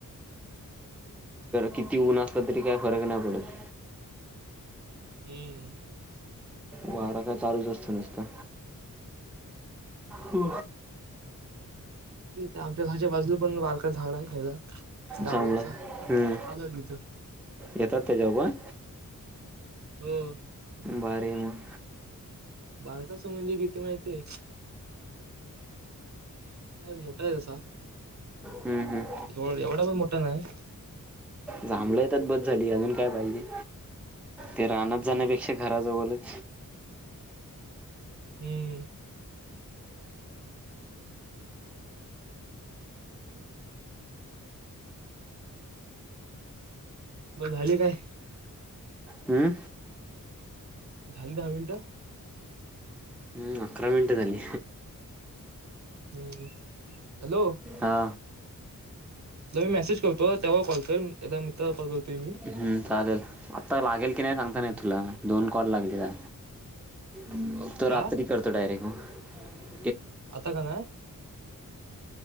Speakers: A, in the centre; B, on the right (about 55°).
A: किती ऊन असल तरी काय फरक नाही पडत.
B: हम्म
A: वारा काय चालूच असतं नुसता. हो
B: ते आमच्या घरच्या बाजू पण बारका झाड आहे ह्याचा. जांभळाचा
A: जांभळ हं
B: आलोय तिथं
A: येतात त्याच्यावर पण
B: हम्म
A: भारी मग
B: भारताचं म्हणजे किती माहिताय. हाय मोठा आहेे तसा
A: हम्म, हम्म.
B: एवढा पण मोठा. ठा नाही
A: जांभळ येतात बस झाली अजून काय पाहिजे. ते रानात जाण्यापेक्षा घराजवळच.
B: हम्म झाली काय.
A: हम्म
B: झाली दहा मिनटं.
A: हम्म अकरा मिनटं झाली.
B: हम्म हॅलो
A: हा
B: मी मेसेज करतो त्यावर कॉल कर ए मित्रावर कॉल करतोय मी.
A: ह् चालेल आत्ता लागेल की नाही सांगता
B: हा
A: नाही येत तुला दोन कॉल लागेत जा बघतो
B: का
A: रात्री करतो डायरेक्ट मग. <inaudible>
B: आता का नाय